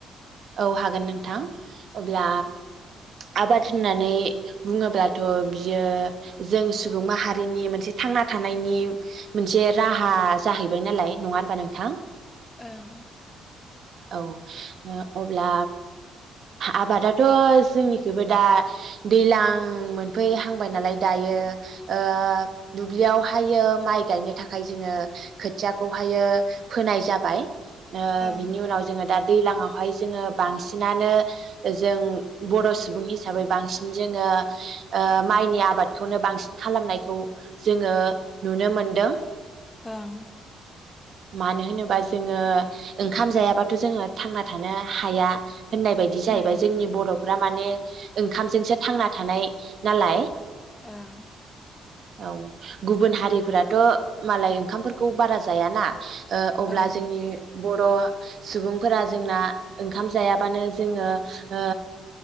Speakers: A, on the right (about 60°); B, on the left (about 20°).
A: औ हागोन नोंथां अब्ला
B: ओं
A: आबाद होननानै बुङोब्लाथ‌' बियो जों सुबुं माहारिनि मोनसे थांना थानायनि मोनसे राहा जाहैबाय नालाय नङा होनबा नोंथां
B: ओं
A: औ ओ अब्ला आबादाथ' जोंनिखैबो दा दैलां मोनफैहांबाय नालाय दायो ओ दुब्लियाव हायो माइ गायनो थाखाय जोङो खोथियाखौहायो फोनाय जाबाय ओ
B: ओं
A: बिनि उनाव जोङो दा दैलाङाव हाय जोङो बांसिनानो जों बर सुबुं हिसाबै बांसिन जोङो माइनि आबादखौनो बांसिन खालामनायखौ जोङो नुनो मोनदों
B: ओं
A: मानो होनोबा जोङो ओंखाम जायाबाथ'जोङो थांना थानो हाया होननाय बायदि जाहैबाय
B: उम
A: जोंनि बर' फोरा माने ओंखामजोंसो थांना थानाय नालाय
B: ओं
A: औ गुबुन हारिफोराथ' मालाय ओंखामफोरखौ बारा जायाना ओ अब्ला
B: ओं
A: जोंनि बर' सुबुंफोरा जोंना ओंखाम जायाबानो जोङो ओ